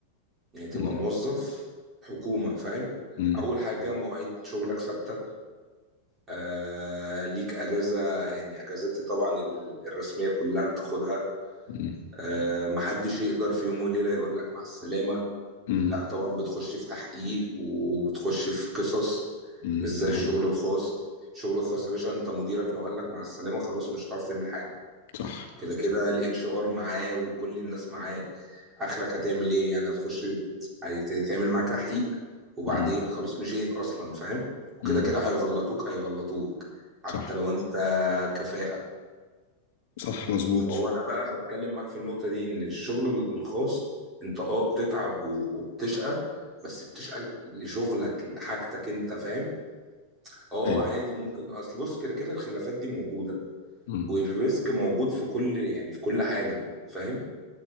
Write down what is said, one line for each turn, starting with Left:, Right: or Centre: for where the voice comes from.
Right: يعني تبقى
Left: مم.
Right: موظف حكومه فاهم
Left: مم.
Right: اول حاجه مواعيد شغلك ثابته آه ليك اجازه يعني اجازاتي طبعا ال- الرسميه كلها بتاخدها
Left: مم.
Right: آه محدش يقدر في يوم وليله يقول لك مع السلامه
Left: مم.
Right: لا طبعا بتخش في تحقيق وبتخش في قصص
Left: مم.
Right: مش زي
Left: ده
Right: الشغل
Left: حقيقي.
Right: الخاص الشغل الخاص يا باشا انت مديرك لو قال لك مع السلامه خلاص مش هتعرف تعمل حاجه
Left: صح
Right: كده كده
Left: صح
Right: الاتش ار معاه وكل الناس معاه اخرك هتعمل ايه يعني هتخش هيت- هيتعمل معاك تحقيق وبعدين
Left: مم.
Right: خلاص مشيت اصلا فاهم وكده
Left: مم.
Right: كده هيغلطوك هيغلطوك حتى
Left: صح
Right: لو انت كفاءة
Left: صح مظبوط
Right: فهو انا بقى بتكلم معاك في النقطة دي ان الشغل الخاص انت اه بتتعب و- وبتشقى بس بتشقى لشغلك لحاجتك انت فاهم اه
Left: ايوه
Right: عادي ممكن اصل بص كده كده الخلافات دي موجودة
Left: مم.
Right: والريسك موجود في كل يعني في كل حاجة فاهم